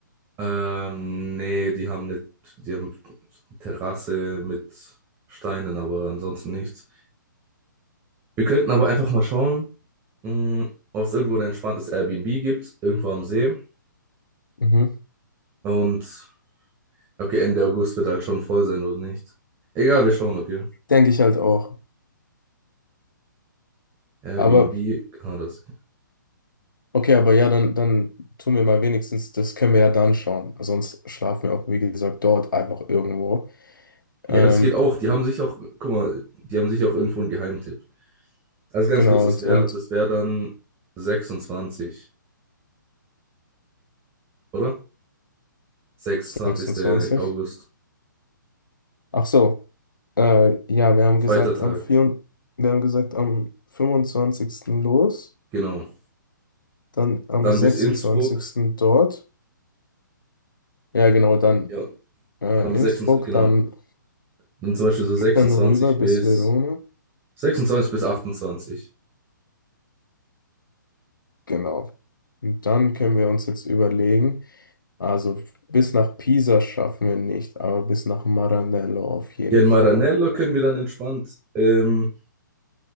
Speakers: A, on the right (about 20°); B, on the left (about 75°).
A: Ähm, nee, die haben nicht, die haben Terrasse mit Steinen, aber ansonsten nichts. Wir könnten aber einfach mal schauen, mh, ob es irgendwo ein entspanntes Airbnb gibt, irgendwo am See.
B: Mhm.
A: Und okay, Ende August wird halt schon voll sein oder nicht. Egal, wir schauen, okay.
B: Denke ich halt auch.
A: Airbnb,
B: Aber,
A: ah, das.
B: okay, aber ja, dann, dann tun wir mal wenigstens, das können wir ja dann schauen. Sonst schlafen wir auch, wie gesagt, dort einfach irgendwo.
A: Ja,
B: Ähm,
A: das geht auch. Die haben sich auch, guck mal, die haben sich auch irgendwo einen Geheimtipp. Also ganz
B: genau,
A: kurz, das
B: und,
A: wäre
B: und
A: das wär dann 26, oder? 26.
B: 26.
A: August,
B: Ach so. Äh, ja, wir haben
A: zweiter
B: gesagt,
A: Tag,
B: am vier, wir haben gesagt, am fünfundzwanzigsten los,
A: genau.
B: dann am
A: Dann
B: sechsundzwanzigsten
A: bis Innsbruck,
B: dort. Ja, genau, dann
A: ja,
B: äh,
A: am 26,
B: Innsbruck,
A: genau.
B: dann,
A: Dann zum Beispiel so 26
B: dann rüber bis
A: bis
B: Verona.
A: 26 bis 28.
B: Genau. Und dann können wir uns jetzt überlegen, also bis nach Pisa schaffen wir nicht, aber bis nach Maranello auf jeden
A: Hier in Maranello
B: Fall.
A: können wir dann entspannt ähm,